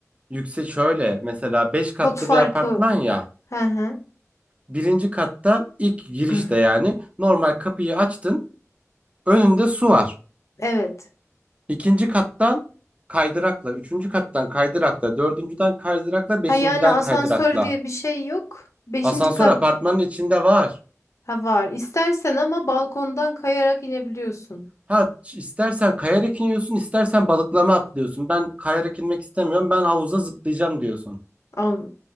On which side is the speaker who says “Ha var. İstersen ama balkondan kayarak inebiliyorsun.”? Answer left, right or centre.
Left